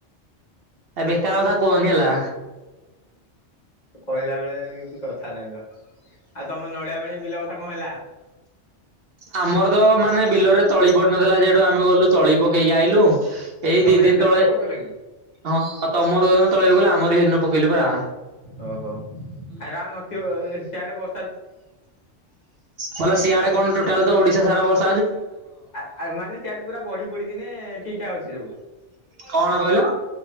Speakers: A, on the right; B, on the left.
A: ଆଁ ବେକାର କଥା କୁହନି ହେଲା।
B: କହିଲା ବେଳେ କିଛି କଥା ନାହିଁବା। ଆଉ ତମ ନଡ଼ିଆବାଣୀ ବିଲ କଥା କଁ ହେଲା?
A: ଆମରତ ମାନେ ବିଲରେ ତଳି ପଡ଼ିନଥିଲା ଯେଠୁ ଆମେ ଗଲୁ ତଳି ପକେଇକି ଆଇଲୁ। ଏଇ
B: ତମେ
A: ଦିଦିନ୍
B: ଏବେ
A: ତଳେ
B: ତଳି ପକେଇଲ କି?
A: ହଁ ତମର ଯୋଉ ଦିନ ତଳି ପକେଇଲ ଆମର ହେଇଦିନ ପକେଇଲୁ ପରା।
B: ଓହୋ, ହେରା ଆଉ ନଥିବ ସେଆଡ଼େ ବ
A: ବଲା ସିଆଡ଼େ କଣ ଟୋଟାଲତ ଓଡ଼ିଶା ସାରା ବର୍ଷ
B: ଆଁ ଆଁ ମାନେ ସେଆଡ଼େ ପୁରା ବଢି ପଡ଼ିପଡ଼ିକିନେ ଠିକ୍ ଠାକ୍ ଅଛି ସବୁ?
A: କଣ କହିଲ?